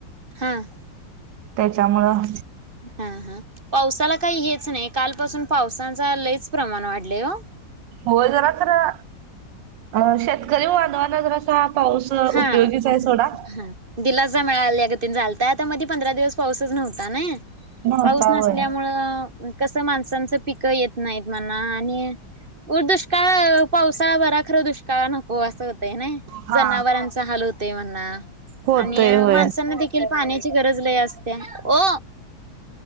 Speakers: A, on the right; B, on the right.
A: हां.
B: त्याच्यामुळं
A: हां हां, पावसाला काही हेच नाही, कालपासून पावसाचा लयचं प्रमाण वाढलय हो.
B: हो जरा खरं, अ शेतकरी बांधवाना, जरा असं पाऊस
A: हा
B: उपयोगीच आहे. सोडा
A: हा दिलासा मिळाला अगतीने झालताय. आता मधे पंधरा दिवस पाऊसच नव्हता ना!
B: नव्हता
A: पाऊस नसल्यामुळं,
B: होय.
A: कसं माणसांचं पिक येत नाहीत मना आणि उद, दुष्काळ पावसाळा बरा, खरं दुष्काळ नको असं होतंय ना,
B: हा
A: जनावरांचा हाल होतय म्हणां
B: होतय
A: आणि
B: होय.
A: माणसांना देखी <unintelligible> पाण्याची गरज लई असत्या, ओ,